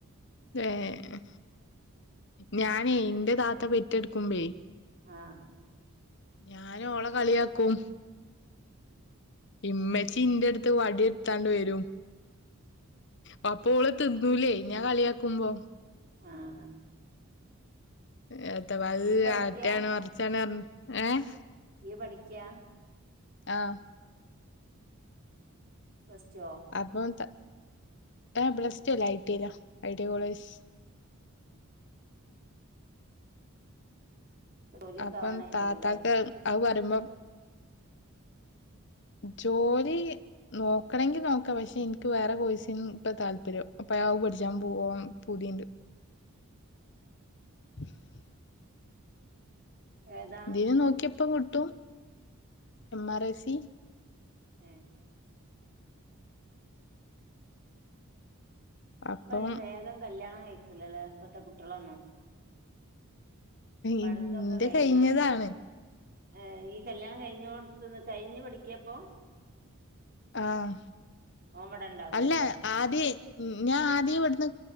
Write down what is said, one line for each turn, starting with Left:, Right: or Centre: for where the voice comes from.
Left: ഏഹ് ഞാനേ ഇന്റെ താത്ത പെറ്റെടുക്കുമ്പെ
Right: ആഹ്
Left: ഞാന് ഓളെ കളിയാക്കും ഇമ്മച്ചി ഇന്റെട്ത്ത് വടിട്ത്താണ്ട് വരും പപ്പൊ ഓള് തിന്നൂലേ ഞാൻ കളിയാക്കുമ്പം
Right: ആഹ്
Left: ഏത്ത അഹ്
Right: ഇയ്യ് പഠിക്കാ
Left: മറ്റാണ് മറ്ച്ചാണ് പർഞ്ഞ് ഏഹ്
Right: ഇയ്യ് പഠിയ്ക്കാ
Left: ആഹ്
Right: പ്ലസ് റ്റോ
Left: അപ്പം ത ഏ പ്ലസ്ടു അല്ല ഐ ടൈലാ ഐ ടൈ കോളേജ്
Right: ജോലിയൊക്കെ
Left: അപ്പം
Right: ആവാനായി
Left: താത്തക്ക്
Right: തുടങ്ങില്ലേ
Left: അത് പറിമ്പം ജോലി നോക്കണെങ്കി നോക്കാ പക്ഷെ ഇൻക്ക് വേറെ കോഴ്സിന് ഇപ്പ താല്പര്യം അപ്പ അത് പഠിച്ചാൻ പോവാൻ പൂതിണ്ട് <inaudible>
Right: ഏതാ
Left: ഇതിന് നോക്കിയപ്പം കിട്ടും എം ആർ ഐ സി
Right: ഏയ്
Left: അപ്പം
Right: ഇപ്പ അയിന് വേഗം കല്യാണം കഴിക്കൂലല്ല ഇപ്പത്തെ കുട്ട്യോളൊന്നും പഠുത്തൊക്കെ
Left: ഇന്റെ
Right: കഴിഞ്ഞ്
Left: കഴിഞ്ഞതാണ്
Right: ഏ ഇയ്യ് കല്യാണം കഴിഞ്ഞോട്ത്ത്ന്ന് ക കഴിഞ്ഞ് പഠിക്കിയ പ്പം
Left: ആഹ്
Right: ഓൻ ഇവിടെ ഉണ്ടാവൂലല്ലേ
Left: അല്ല ആദ്യെ ഉം ഞാൻ ആ ദ്യ ഇവട്ന്ന്